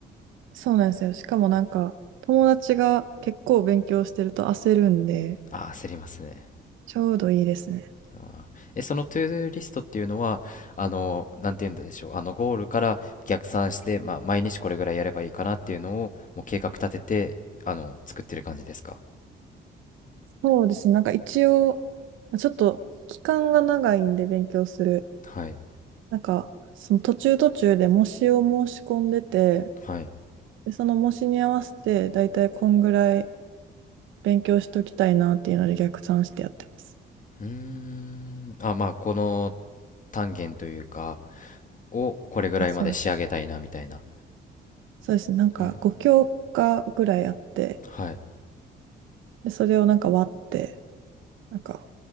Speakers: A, on the right; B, on the left.
A: そうなんですよ。しかもなんか、友達が結構勉強してると焦るんで、
B: ああ、焦りますね。
A: ちょうどいいですね。
B: ああえ、そのトゥードゥーリストっていうのは、あの、なんて言うんでしょう、あの、ゴールから逆算して、まあ、毎日これぐらいやればいいかなっていうのを、もう計画立てて、あの、作ってる感じですか。
A: そうですね。なんか一応、ちょっと期間が長いんで勉強する。
B: はい、
A: なんか、その途中途中で模試を申し込んでて、
B: はい。
A: で、その模試に合わせて、だいたいこんぐらい勉強しときたいなっていうので逆算してやってます。
B: うーん。あ、まあ、この単元というか、をこれぐらいまで仕上げたいな、
A: あ、そう。
B: みたいな。
A: そうですね。なんか5教科ぐらいあって、
B: うん。はい。
A: で、それをなんか割って、なんか